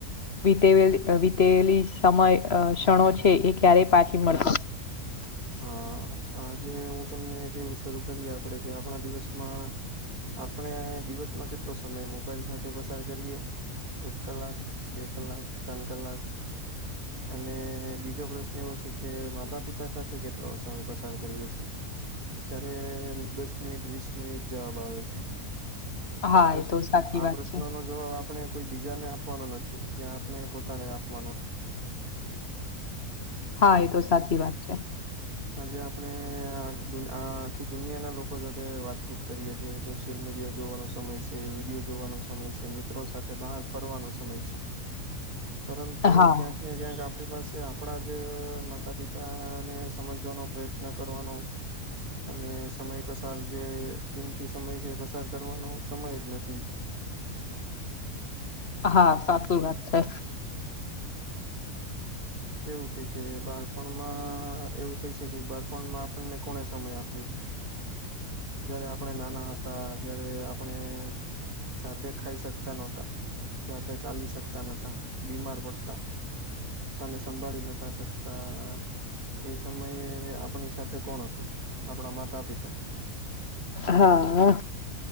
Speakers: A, on the left; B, on the right.
A: વીતેવેલી વીતેલી સમય અ ક્ષણો છે એ ક્યારેય પાછી મળતો.
B: <unintelligible> હા આજે હું તમને કેવું શરૂ કરીએ આપડે કે આપણા દિવસમાં આપણે દિવસમાં કેટલો સમય મોબાઈલ સાથે પસાર કરીએ એક કલાક બે કલાક ત્રણ કલાક અને બીજો પ્રશ્ન એવો છે કે માતા પિતા સાથે કેટલો સમય પસાર કરીએ છીએ. જયારે દસ મિનિટ વીસ મિનિટ જવાબ આવે છે. આ
A: હા
B: પ્રશ્ન
A: એ તો સાચી
B: આ
A: વાત
B: પ્રશ્નનો
A: છે
B: જો આપણે કોઈ બીજા ને આપવાનો નથી જ્યાં આપણે પોતાને આપવાનો છે.
A: હા એ તો સાચી વાત છે.
B: આજે આપણેે આ આખી દુનિયા ના લોકો સાથે વાતચીત કરીએ છીએ શું. સોશિયલ મીડિયા જોવાનો સમય છે વિડીયો જોવાનો સમય છે મિત્રો સાથે બહાર ફરવાનો સમય છે. <unintelligible> પરંતુ
A: હા
B: ક્યાંક ને ક્યાંક આપણી પાસે આપણા જ માતા પિતાને હમજવાનો પ્રયત્ન કરવાનો. અને સમય પસાર જે કિંમતી સમય છે એ પસાર કરવાનો સમય જ નથી.
A: હા સાચી વાત છે.
B: કેવું છે કે બાળપણમાં એવું કઈ શકી બાળપણમાં આપણને કોને સમય આપ્યો જયારે આપણે નાના હતા જયારે આપણે જાતે ખાઈ શકતા નહોતા જાતે ચાલી શકતા નહોતા બીમાર પડતા પોતાને સંભાળી નોતા શકતા એ સમયે આપણી સાથે કોણ હતું આપણા માતા પિતા
A: હા